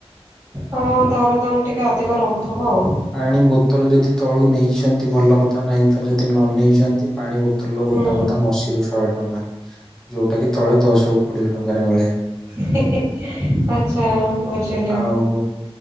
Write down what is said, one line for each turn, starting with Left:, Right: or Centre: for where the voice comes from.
Right: ହଁ ତାର ଦାମ ଟିକେ ଅଧିକ ରହୁଥିବ ଆଉ।
Centre: ପାଣି ବୋତଲ ଯଦି ତଳୁ ନେଇଛନ୍ତି ଭଲ କଥା। ନାହିଁ ତ ଯଦି ନ ନେଇଛନ୍ତି ପାଣି ବୋ ତଲ
Right: ହୁଁ
Centre: ଗୋଟା କ ଦାମ ଅଶୀରୁ ଶହେ ଟଙ୍କା। ଯୋଉଟା କି ତଳେ ଦଶ ରୁ କୋଡିଏ ଟଙ୍କାରେ ମିଳେ।
Right: ହିଁ ହିଁ ଆଛା ବୁଝିଲୁ।
Centre: ଆଉ